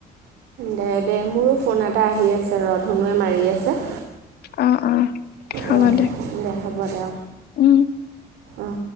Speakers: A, on the right; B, on the left.
A: দে দে মোৰো ফোন এটা আহি আছে ৰ, ধনুৱে মাৰি আছে।
B: অ'-অ হব
A: অঁ
B: দে,
A: হ'ব দে
B: উম।
A: অঁ